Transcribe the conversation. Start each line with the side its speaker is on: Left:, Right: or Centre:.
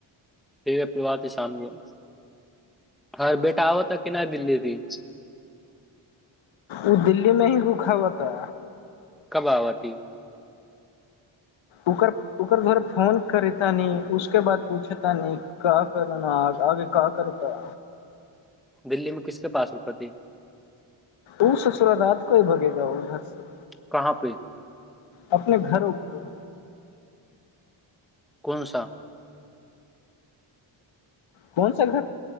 Centre: फेर पिवात इसामो हर बेटा आबऽ तऽ कि नहि दिल्ली दी
Left: ओ दिल्ली मे ही भुखा बता
Centre: कब आबती
Left: ओकर ओकर घर फोन करेतानी उसके बाद पूछतानी क करना आगे क करता
Centre: दिल्ली मे किसके पास रुकती
Left: ओ ससुरारात कोही भगेगा उधर से
Centre: कहाँ पे
Left: अपने घरो को
Centre: कोन सा
Left: कोनसा घर